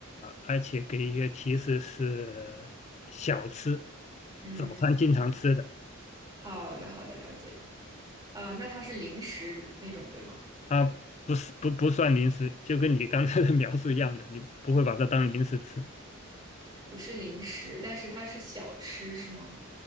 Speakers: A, on the left; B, on the right.
A: 而且给一些提示是小吃，
B: 嗯，
A: 早餐经常吃的
B: 好的好的，了解。啊、那它是零食那种对吗？
A: 啊，不是不不算零食，就跟你刚才的 <laughs> 描述一样的，你不会把它当零食吃，
B: 不是零食，但是它是小吃是吗？